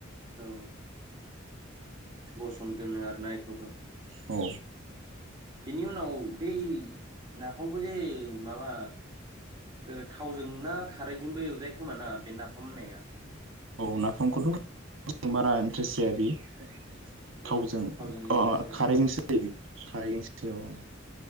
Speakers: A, on the right; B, on the right.
A: औ गसम दोनो आरोना इखौबो?
B: औ
A: बेनि उनाव बै नाफामखौ जे माबा ओ थावजों ना खारैजोंबो एवजायो खोमा ना बे नाफाम होननाया?
B: औ नाफामखौथ' बारा इन्ट्रेस्ट जाया बियो। थावजों
A: औ इन्ट्रेस्ट
B: अ-अ
A: जायाना
B: खारैजोंसो जायो बियो खारैजोंसो अ-अ